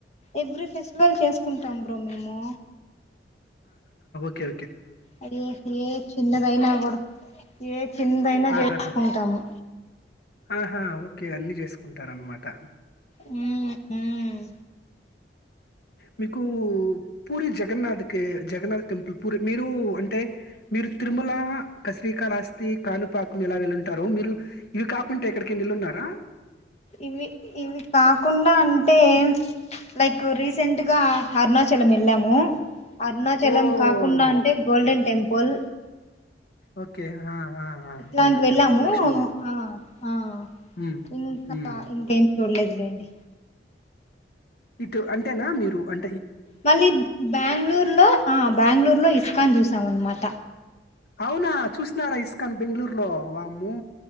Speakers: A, on the left; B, on the left.
A: ఎవ్రీ ఫెస్టివల్ చేసుకో కుంటాం బ్రో మేము
B: ఓ కే
A: అరే ఏ చిన్నదైనా కూడు ఏ చిన్నదైనా
B: ఆహాహా
A: చేసుకుంటాము
B: ఆహా ఓకే అన్ని చేసుకుంటారు అన్నమాట
A: హ్మ్ హ్మ్
B: మీకు పూరి జగన్నాథ్ కి జగన్నాథ్ టెంపుల్ పూరి మీరు అంటే మీరు తిరుమల క శ్రీకాళహస్తి, కానుపాకం ఇలా వెళ్ళుంటారు. మీరు ఇవి కాకుంటే ఎక్కడికి ఏళ్ళున్నార.
A: ఇవి ఇవి కాకుండా అంటే లైక్ రీసెంట్గా అరుణాచలం వెళ్ళాము. అరుణాచలం
B: ఓహ్!
A: కాకుండా అంటే గోల్డెన్ టెంపుల్
B: ఓకే ఆ ఆ! ఆ!
A: ఇట్లాంటి
B: గోల్డెన్
A: వెళ్ళాము
B: టెంపుల్ లక్ష్మీదేవి.
A: ఆ ఆ
B: హ్మ్.
A: ఇంకా
B: హ్మ్.
A: ఇంకే చూడలేదులేండి
B: ఇటు అంతేనా మీరు అం
A: మళ్ళీ బెంగళూర్ లో ఆ బెంగళూరు లో ఇస్కాన్ చూసాం అనమాట
B: అవునా చూసినారా ఇస్కాన్ బెంగళూరు లో వామ్మో